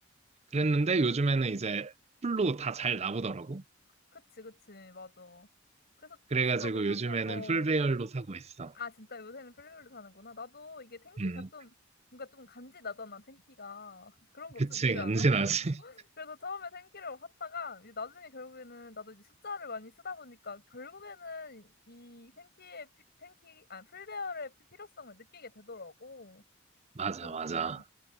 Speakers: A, on the right; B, on the left.
A: 그랬는데 요즘에는 이제 풀로 다 잘 나오더라고.
B: 그치, 그치. 맞아. 그래서
A: 그래가지고
B: 쓰다 보면은,
A: 요즘에는
B: 어.
A: 풀 배열로 사고 있어.
B: 아, 진짜 요새는 플레이어로 사는구나. 나도 이게 텐키가
A: 음,
B: 좀, 뭔가 좀 간지 나잖아, 텐키가. 그런 거
A: 그치,
B: 좀 있지
A: 간지나지.
B: 않아? 어.
A: <laughs>
B: <laughs> 그래서 처음에 텐키를 샀다가, 이제 나중에 결국에는, 나도 이제 숫자를 많이 쓰다 보니까, 결국에는 이 텐키의, 피- 텐키, 아니, 풀배열의 피- 필요성을 느끼게 되더라고.
A: 맞아,
B: 그래서,
A: 맞아.
B: 음.